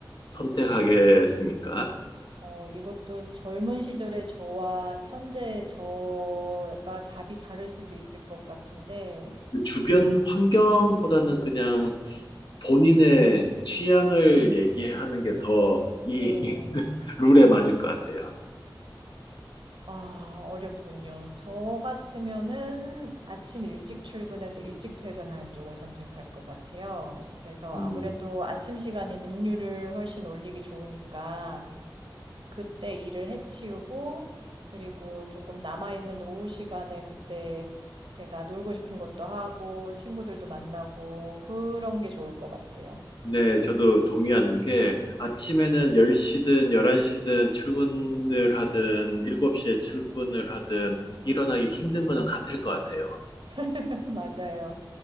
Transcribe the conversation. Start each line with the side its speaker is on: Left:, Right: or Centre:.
Left: 선택하겠습니까?
Right: 어, 이것도 젊은 시절의 저와 현재의 저가 답이 다를 수도 있을 것 같은데,
Left: 그 주변 환경보다는 그냥 본인의 취향을 얘기하는 게 더 이
Right: 네.
Left: <laughs> 룰에 맞을 것 같아요.
Right: 아, 어렵군요. 저 같으면은 아침 일찍 출근해서 일찍 퇴근하는 쪽을 선택할 것 같아요. 그래서
Left: 음,
Right: 아무래도 아침 시간이 능률을 훨씬 올리기 좋으니까 그때 일을 해치우고 그리고 조금 남아있는 오후 시간에 그때 제가 놀고 싶은 것도 하고 친구들도 만나고 그런 게 좋을 것 같아요.
Left: 네, 저도 동의하는 게 아침에는 10시든 11시든 출근을 하든 7시에 출근을 하든 일어나기 힘든 거는 같을 것 같아요.
Right: <laughs> 맞아요.